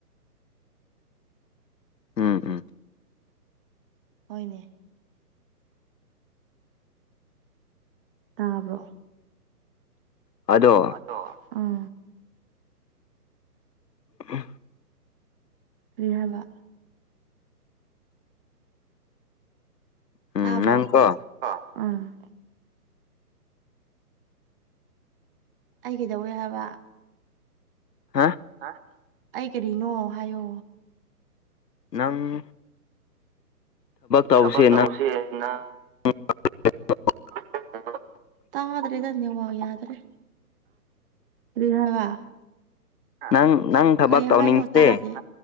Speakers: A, on the left (about 80°); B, on the right (about 35°).
A: ꯎꯝ ꯎꯝ
B: ꯍꯣꯏꯅꯦ ꯇꯥꯕ꯭ꯔꯣ
A: ꯑꯗꯣ
B: ꯅꯣ ꯑꯝ
A: ꯑꯝ
B: ꯂꯤꯔ ꯍꯥꯏꯕ <inaudible>
A: ꯎꯝ
B: ꯇꯥꯕ꯭ꯔꯣ
A: ꯅꯪ ꯀꯣ
B: ꯑ ꯎꯝ ꯑꯩ ꯀꯩꯗꯧꯋ‌ꯦ ꯍꯥꯏꯕ
A: ꯍꯥ
B: ꯍꯥ ꯑꯩ ꯀꯔꯤꯅꯣ ꯍꯥꯏꯌꯣ
A: ꯅꯪ ꯇꯧꯁꯦ
B: ꯊꯕꯛ ꯇꯧꯁꯦꯅ
A: ꯅꯪ <unintelligible>
B: <unintelligible> ꯇꯥꯗ꯭ꯔꯦꯗ ꯅꯦꯋꯥꯛ ꯌꯥꯗ꯭ꯔꯦ ꯀ꯭ꯔꯔꯤ ꯍꯥꯏꯕ ꯍꯥ
A: ꯅꯪ ꯅꯪ ꯊꯕꯛ
B: ꯀꯩ
A: ꯇꯧꯅꯤꯡꯁꯦ
B: ꯍꯥꯏꯅꯣ ꯇꯥꯗꯦ